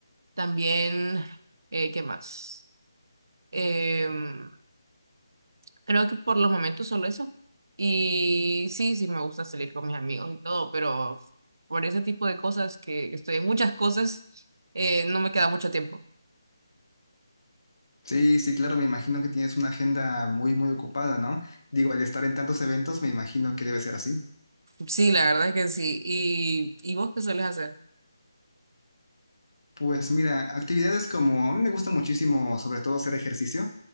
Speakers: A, on the right; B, on the left.
A: También, eh, ¿qué más? Em, creo que por los momentos solo eso. Y sí, sí me gusta salir con mis amigos y todo, pero por ese tipo de cosas que estoy en muchas cosas, eh, no me queda mucho tiempo.
B: Sí, sí, claro, me imagino que tienes una agenda muy, muy ocupada, ¿no? Digo, al estar en tantos eventos, me imagino que debe ser así.
A: Sí, la verdad es que sí. ¿Y, y vos qué sueles hacer?
B: Pues mira, actividades como, a mí me gusta muchísimo, sobre todo hacer ejercicio.